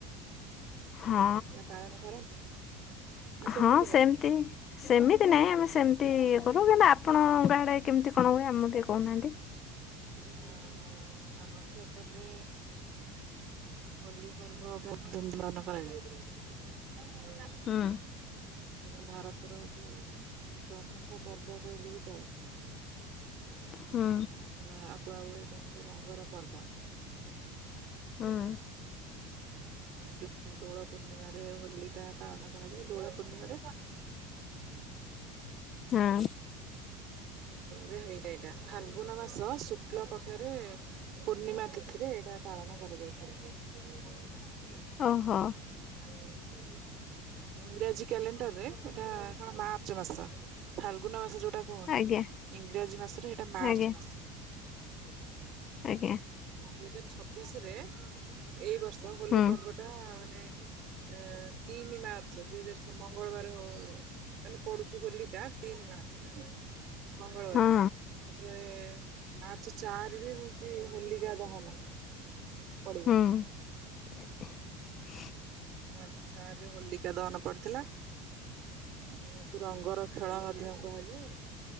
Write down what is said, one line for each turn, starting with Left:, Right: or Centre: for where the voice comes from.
Left: ହଁ
Right: ନା ପାଳନ କରନ୍ତି ନା ସେମିତି
Left: ହଁ
Right: ନାହିଁ?
Left: ସେମତି। ସେମିତି ନାହିଁ ଆମେ ସେମିତି ଇଏ କରୁ କିନ୍ତୁ ଆପଣଙ୍କ ଗାଆଡ଼େ କେମିତି କଣ ହୁଏ ଆମ ଟିକେ କହୁନାହାନ୍ତି?
Right: ହଁ ହଁ ଆମର ତ ଏପଟରେ ହୋଲି ପର୍ବ ଧୁମ୍ ପାଳନ କରାଯାଏ। ଆଉ
Left: ହୁଁ
Right: ଭାରତର ଗୋଟେ ପ୍ରମୁଖ ପର୍ବ କହିଲେ ବି ଚଳେ।
Left: ହୁଁ
Right: ଆକୁ ଆଗୁଏ କୁହନ୍ତି ରଙ୍ଗର ପର୍ବ।
Left: ହୁଁ
Right: ଆଁ ଯୋଉ ଦୋଳ ପୂର୍ଣ୍ଣିମାରେ ହୋଲି ଟା ପାଳନ କରାଯାଏ ଦୋଳ <unintelligible> ତ
Left: ହଁ
Right: ରେ ହେଇଥାଏ ଏଇଟା ଫାଲଗୁନ ମାସ ଶୁକ୍ଳ ପକ୍ଷରେ ପୂର୍ଣ୍ଣିମା ତିଥି ଥିରେ ଏଇଟା ପାଳନ କରାଯାଇଥାଏ। <unintelligible>
Left: ଓହୋ
Right: <inaudible> ଇଂରାଜୀ କ୍ୟାଲେଣ୍ଡର ରେ ଏଇଟା କଣ ମାର୍ଚ୍ଚ ମାସ ଫାଲଗୁନ ମାସ ଯୋଉଟା କୁହନ୍ତୁ
Left: ଆଜ୍ଞା
Right: ଇଂରାଜୀ ମାସରେ ସେଇଟା ମାର୍ଚ୍ଚ
Left: ଆଜ୍ଞା
Right: ମାସ ହେଇଥାଏ।
Left: ଆଜ୍ଞା
Right: ଦୁଇ ହଜାର ଛବିଶରେ ଏଇ ବର୍ଷ ହୋଲି
Left: ହୁଁ
Right: ପର୍ବଟା ମାନେ ଏ ତିନି ମାର୍ଚ୍ଚ ଦୁଇ ହଜାର ଛଅ ମଙ୍ଗଳବାର ହଉ ମାନେ ପଡୁଛି ହୋଲି ଟା ତିନି ମାର୍ଚ୍ଚରେ ହେଲା ମଙ୍ଗଳବାର
Left: ହଁ
Right: ତାପରେ ମାର୍ଚ୍ଚ ଚାରିରେ ହଉଛି ହୋଲିକା ଦହନ ପଡିବ।
Left: ହୁଁ <inaudible>
Right: ମାର୍ଚ୍ଚ ଚାରିରେ ହୋଲିକା ଦହନ ପଡିଥିଲା। ଏହାକୁ ରଙ୍ଗର ଖେଳ ମଧ୍ୟ କୁହାଯାଏ।